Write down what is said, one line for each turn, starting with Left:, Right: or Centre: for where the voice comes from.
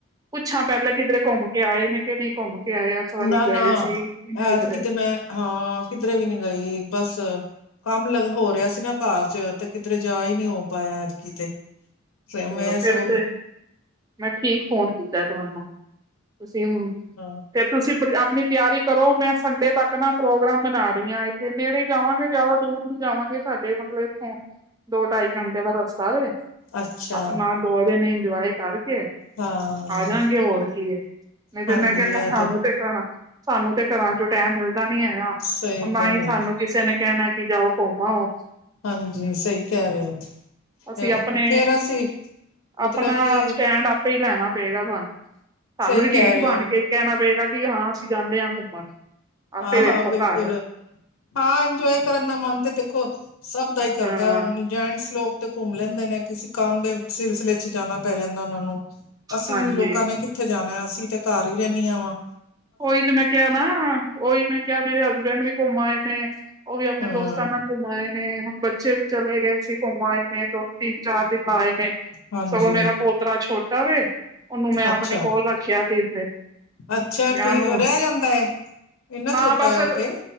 Right: ਪੁੱਛਾਂ ਪਹਿਲਾਂ ਕਿੱਧਰੇ ਘੁੰਮ ਕੇ ਆਏ ਨੇ। ਕਿ ਨਹੀਂ ਘੁੰਮ ਕੇ ਆਏ, ਇਸ ਵਾਰੀ
Left: ਨਾ ਨਾ
Right: ਗਏ ਸੀ ਕਿਧਰੇ।
Left: ਐਤਕੀ ਤੇ ਮੈਂ ਹਾਂ ਕਿਧਰੇ ਵੀ ਨਹੀਂ ਗਈ ਬਸ ਕੰਮ ਲ ਹੋ ਰਿਹਾ ਸੀ ਨਾ ਘਰ ਚ ਤੇ ਕਿੱਧਰੇ ਜਾ ਹੀ ਨਹੀਂ ਹੋ ਪਾਇਆ ਐਤਕੀ ਤੇ।
Right: ਚਲੋ
Left: ਮੈਂ
Right: ਫਿਰ
Left: ਸਗੋਂ
Right: ਤੇ ਮੈਂ ਠੀਕ ਫੋਨ ਕੀਤਾ ਐ ਤੁਹਾਨੂੰ, ਤੁਸੀ ਹ
Left: ਹਾਂ।
Right: ਤੇ ਤੁਸੀ ਆਪਣੀ ਤਿਆਰੀ ਕਰੋ, ਮੈਂ ਸੰਡੇ ਤੱਕ ਨਾ ਪ੍ਰੋਗਰਾਮ ਬਣਾ ਰਹੀ ਹਾਂ, ਇੱਥੇ ਨੇੜੇ ਜਾਵਾਂਗੇ ਜ਼ਿਆਦਾ ਦੂਰ ਜਾਵਾਂਗੇ, ਸਾਡੇ ਮਤਲਬ ਇੱਥੋਂ ਦੋ ਢਾਈ ਘੰਟੇ ਦਾ ਰਸਤਾ ਐ।
Left: ਅੱਛਾ
Right: ਆਪਣਾ ਦੋ ਦਿਨ ਇੰਜੋਏ ਕਰਕੇ
Left: ਹਾਂ
Right: ਆ ਜਾਗੇ ਹੋਰ ਕੀ ਹੈ। ਨਹੀਂ ਤੇ
Left: ਹਾਂਜੀ
Right: ਮੈਂ ਕਿਹਾ
Left: ਇਹ
Right: ਸਾਨੂੰ ਤੇ ਘਰ ਸਾਨੂੰ ਤੇ ਘਰਾਂ ਚੋਂ ਟਾਇਮ ਮਿਲਦਾ ਨਹੀਂ ਹੈਗਾ
Left: ਸਹੀ
Right: ਔਰ ਨਾ
Left: ਕਹਿ
Right: ਹੀ
Left: ਰਹੇ
Right: ਸਾਨੂੰ
Left: ਹੋ
Right: ਕਿਸੇ ਨੇ ਕਹਿਨਾ ਕਿ ਜਾਓ। ਘੁਮ ਆਓ।
Left: ਹਾਂਜੀ ਸਹੀ ਕਹਿ ਰਹੇ
Right: ਅਸੀਂ
Left: ਹੋ
Right: ਆਪਣੇ
Left: ਫਿਰ ਅਸੀਂ ਮਤਲਬ
Right: ਆਪਣਾ
Left: ਕਿ
Right: ਸਟੈਂਡ ਆਪੇ ਹੀ ਲੈਣਾ ਪਏਗਾ ਤੁਹਾਨੂੰ, ਸਾਨੂੰ
Left: ਸਹੀ
Right: ਹੀ ਢੀਠ
Left: ਕਹਿ ਰਹੇ
Right: ਬਣ
Left: ਹੋ
Right: ਕਹਿਣਾ ਪਏਗਾ ਕਿ ਹਾਂ ਅਸੀਂ ਜਾਂਦੇ ਹਾਂ ਘੁੰਮਣ, ਆਪੇ
Left: ਹਾਂ ਹਾਂ
Right: ਵੇਖੋ
Left: ਬਿਲਕੁਲ
Right: ਘਰ।
Left: ਹਾਂ ਇੰਜੋਏ ਕਰਨ ਦਾ ਮਨ ਤੇ ਦੇਖੋ ਸਭ ਦਾ ਈ ਕਰਦਾ
Right: ਹਾਂ
Left: ਐ ਹੁਣ ਜੈਂਟਸ ਲੋਕ ਤੇ ਘੁੰਮ ਲੈਂਦੇ ਨੇ। ਕਿਸੇ ਕੰਮ ਦੇ ਸਿਲਸਿਲੇ ਚ ਜਾਣਾ ਪੈ ਜਾਂਦਾ ਉਹਨਾਂ ਨੂੰ, ਅਸੀਂ
Right: ਹਾਂਜੀ
Left: ਲੋਕਾਂ ਨੇ ਕਿੱਥੇ ਜਾਣਾ ਐ ਅਸੀਂ ਤੇ ਘਰ ਈ ਰਹਿੰਦੀਆਂ ਵਾਂ।
Right: ਉਹੀ ਤੇ ਮੈਂ ਕਿਹਾ ਨਾ ਉਹੀ ਮੈਂ ਕਿਹਾ ਮੇਰੇ ਹਸਬੈਂਡ ਵੀ ਘੁੰਮ ਆਏ ਨੇ। ਉਹ ਵੀ ਆਪਣੇ
Left: ਹਾਂ
Right: ਦੋਸਤਾਂ ਨਾਲ ਘੁੰਮ ਆਏ ਨੇ। ਹੁਣ ਬੱਚੇ ਵੀ ਚਲੇ ਗਏ ਸੀ ਘੁੰਮ ਆਏ ਨੇ ਦੋ, ਤਿੰਨ, ਚਾਰ। ਦਿਨ ਆਏ ਨੇ।
Left: ਹਾਂਜੀ
Right: ਸਗੋਂ ਮੇਰਾ ਪੋਤਰਾ ਛੋਟਾ ਵੇ। ਉਹਨੂੰ ਮੈਂ
Left: ਅੱਛਾ
Right: ਆਪਣੇ ਕੋਲ ਰੱਖਿਆ ਤਿੰਨ ਦਿਨ।
Left: ਅੱਛਾ
Right: ਮੈਂ
Left: ਠੀਕ
Right: ਉਹਨੂੰ
Left: ਰਹਿ ਜਾਂਦਾ ਏ, ਇੰਨਾ
Right: ਹਾਂ
Left: ਛੋਟਾ
Right: ਬਸ
Left: ਐ ਉਹ ਤੇ।